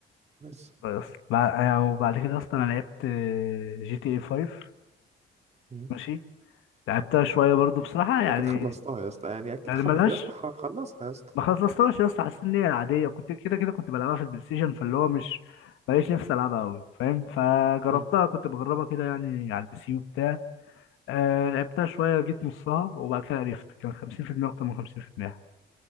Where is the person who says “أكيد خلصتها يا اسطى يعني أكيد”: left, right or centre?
Right